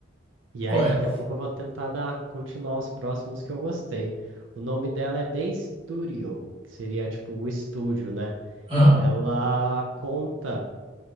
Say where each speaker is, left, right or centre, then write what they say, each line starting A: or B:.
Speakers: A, on the right; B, on the right.
A: E
B: Qual
A: aí daqui
B: é?
A: a pouco eu vou tentar dar, continuar os próximos que eu gostei. O nome dela é The Studio, que seria tipo o estúdio, né?
B: Aham.
A: Ela conta